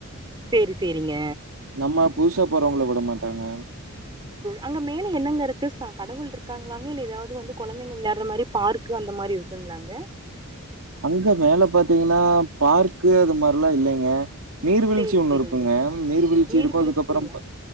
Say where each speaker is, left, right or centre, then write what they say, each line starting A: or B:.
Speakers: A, on the right; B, on the right.
A: சேரி சேரிங்க
B: நம்ம புதுசா போறவங்கள விட மாட்டாங்க
A: அங்க மேல என்னங்க இருக்கு ச கடவுள் இருக்காங்களாங்க இல்ல ஏதாவது வந்து குழந்தைங்க விளாடுற மாரி பார்க்கு அந்த மாரி இருக்குங்களாங்க
B: அங்க மேல பாத்தீங்கன்னா பார்க்கு அது மாரில்லா இல்லைங்க நீர்வீழ்ச்சி
A: சேரி
B: ஒண்ணு
A: சேரிங்க
B: இருக்குங்க நீர்வீழ்ச்சி
A: நீர்வீழ்ச்சிங்களா
B: இருக்கு அதுக்கப்புறோ